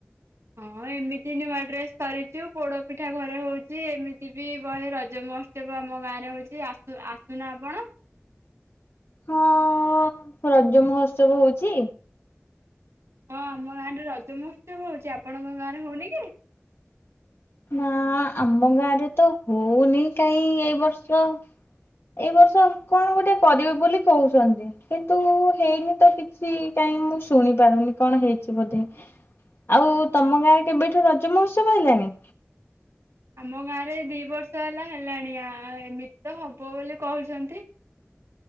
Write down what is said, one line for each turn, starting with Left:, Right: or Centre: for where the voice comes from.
Right: ହଁ ଏମିତି ନୂଆ ଡ୍ରେସ କରିଛୁ ପୋଡ ପିଠା ଘରେ ହଉଛି ଏମିତି ବି ବହେ ରଜ ମହୋତ୍ସବ ଆମ ଗାଁରେ ହଉଛି ଆସ ଆସୁନ ଆପଣ।
Left: ହଁ ରଜ ମହୋତ୍ସବ ହଉଛି।
Right: ହଁ ଆମ ଗାଁରେ ରଜମହୋତ୍ସବ ହଉଛି ଆପଣଙ୍କ ଗାଁ ରେ ହଉନି କି?
Left: ନା ଆମ ଗାଁ ରେ ତ ହଉନି କାହିଁ ଏଇ ବର୍ଷ ଏଇ ବର୍ଷ କଣ ଗୋଟେ କରିବେ ବୋଲି କହୁଛନ୍ତି। କିନ୍ତୁ ହେଇନି ତ କିଛି କାହିଁ ମୁଁ ଶୁଣି ପାରୁନି କଣ ହେଇଛି ବୋଧେ ଆଉ ତମ ଗାଁରେ କେବେଠୁ ରଜ ମହୋତ୍ସବ ହେଲାଣି?
Right: ଆମ ଗାଁ ରେ ଦି ବର୍ଷ ହେଲା ହେଲାଣିଆ ଏମିତି ତ ହବ ବୋଲି କହୁଛନ୍ତି।